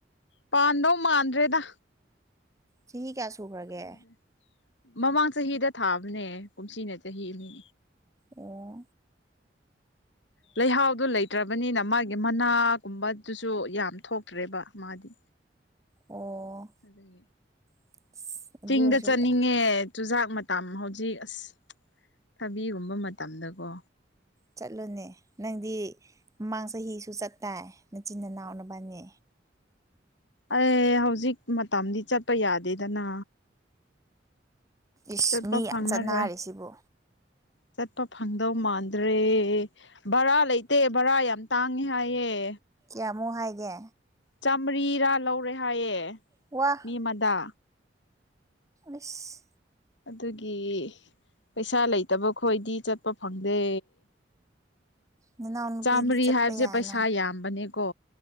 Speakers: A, on the left (about 80°); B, on the right (about 20°).
A: ꯄꯥꯟꯗꯧ ꯃꯥꯟꯅꯔꯦꯗ
B: ꯆꯍꯤ ꯀꯌꯥ ꯁꯨꯈ꯭ꯔꯒꯦ
A: ꯈꯪꯗꯦ ꯃꯃꯥꯡ ꯆꯍꯤꯗ ꯊꯥꯕꯅꯦ ꯀꯨꯝꯁꯤꯅ ꯆꯍꯤꯅꯤ
B: ꯑꯦ
A: ꯂꯩꯍꯥꯎꯗꯨ ꯂꯩꯇ꯭ꯔꯕꯅꯤꯅ ꯃꯥꯒꯤ ꯃꯅꯥꯒꯨꯝꯕꯗꯨꯁꯨ ꯌꯥꯝ ꯊꯣꯛꯇ꯭ꯔꯦꯕ ꯃꯥꯗꯤ
B: ꯑꯣ
A: ꯑꯗꯨꯗꯒꯤ
B: <unintelligible>
A: ꯇꯤꯒ ꯆꯅꯤꯉꯦ
B: ꯌꯥꯝ
A: ꯆꯨꯖꯥꯛ ꯃꯇꯝ ꯍꯧꯖꯤꯛ ꯑꯁ ꯊꯕꯤꯒꯨꯝꯕ ꯃꯇꯝꯗꯀꯣ
B: ꯆꯠꯂꯣꯅꯦ ꯅꯪꯗꯤ ꯃꯃꯥꯡ ꯆꯍꯤꯁꯨ ꯆꯠꯇꯥꯏ ꯅꯆꯤꯟ ꯅꯅꯥꯎꯅꯕꯅꯦ
A: ꯑꯦ ꯍꯧꯖꯤꯛ ꯃꯇꯝꯗꯤ ꯆꯠꯄ ꯌꯥꯗꯦꯗꯅ
B: ꯏꯁ
A: ꯆꯠꯄ
B: ꯃꯤ
A: ꯐꯪꯉꯔꯣꯏ
B: ꯌꯥꯝ ꯆꯠꯅꯔꯦ ꯁꯤꯕꯨ
A: ꯆꯠꯄ ꯐꯪꯗꯧ ꯃꯥꯟꯗ꯭ꯔꯦ ꯕꯔꯥ ꯂꯩꯇꯦ ꯕꯔꯥ ꯌꯥꯝ ꯇꯥꯡꯉꯦ ꯍꯥꯏꯌꯦꯦ
B: ꯀꯌꯥꯃꯨꯛ ꯍꯥꯏꯒꯦ
A: ꯆꯥꯃꯔꯤꯔꯥ ꯂꯧꯔꯦ ꯍꯥꯏꯌꯦꯦ
B: ꯋꯥ
A: ꯃꯤ ꯑꯃꯗ
B: ꯑꯁ
A: ꯑꯗꯨꯒꯤ ꯄꯩꯁꯥ ꯂꯩꯇꯕ ꯈꯣꯏꯗꯤ ꯆꯠꯄ ꯐꯪꯗꯦ
B: ꯅꯅꯥꯎꯅꯨꯄꯤꯗꯤ
A: ꯆꯥꯝꯃꯔꯤ
B: ꯆꯠꯄ
A: ꯍꯥꯏꯕꯁꯦ
B: ꯌꯥꯏꯅ
A: ꯄꯩꯁꯥ ꯌꯥꯝꯕꯅꯦꯀꯣ